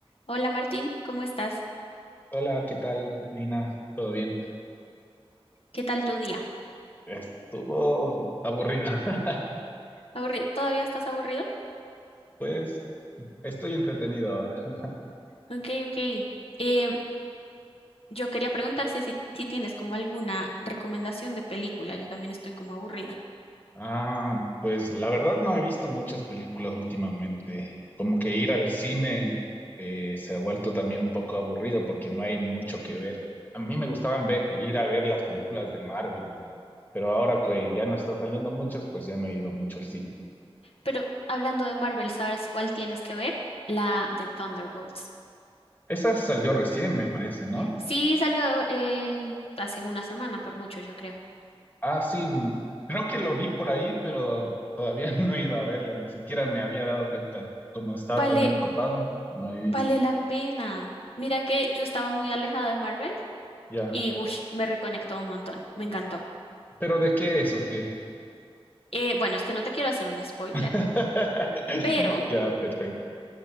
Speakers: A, on the left (about 70°); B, on the left (about 20°).
A: Hola Martín, ¿cómo estás?
B: Hola, ¿qué tal, Nina? ¿Todo bien?
A: ¿Qué tal tu día?
B: Estuvo aburrido. <laughs>
A: ¿Aburrido? ¿Todavía estás aburrido?
B: Pues estoy entretenido ahora. <laughs>
A: Ok, ok. Em, yo quería preguntarte si, si tienes como alguna recomendación de película. Yo también estoy como aburrida.
B: Ah, pues la verdad no he visto muchas películas últimamente. Como que ir al cine eh, se ha vuelto también un poco aburrido porque no hay mucho que ver. A mí me gustaban ve- ir a ver las películas de Marvel, ¿no? Pero ahora que ya no están saliendo muchas, pues ya no he ido mucho al cine.
A: Pero hablando de Marvel, ¿sabes cuál tienes que ver? La de Thunderbolts.
B: Esa salió recién, me parece, ¿no?
A: Sí, salió el, hace una semana, por mucho, yo creo.
B: Ah, sí, creo que lo vi por ahí, pero todavía <laughs> no he ido a verla, ni siquiera me había dado cuenta. Como estaba
A: Vale,
B: también ocupado, no he visto.
A: vale la pena. Mira que yo estaba muy alejada de Marvel
B: Ya.
A: y uy, me reconectó un montón. Me encantó.
B: ¿Pero de qué es o qué?
A: Eh, bueno, es que no te quiero hacer un spoiler.
B: <laughs>
A: Pero
B: Ya, perfecto.